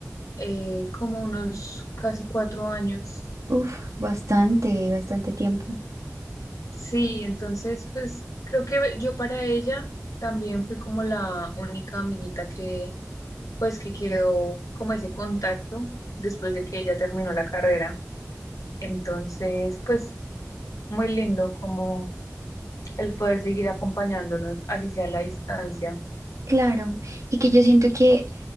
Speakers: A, on the left; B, on the right.
A: eh, como unos casi cuatro años.
B: Uf, bastante, bastante tiempo.
A: Sí, entonces, pues creo que yo para ella también fui como la única amiguita que pues que quedó como ese contacto después de que ella terminó la carrera. Entonces, pues muy lindo como el poder seguir acompañándonos, así sea a la distancia.
B: Claro, y que yo siento que